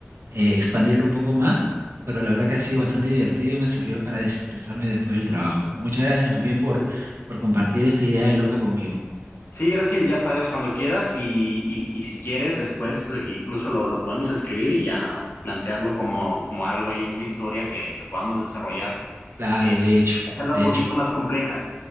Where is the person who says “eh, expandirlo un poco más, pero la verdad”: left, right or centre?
Right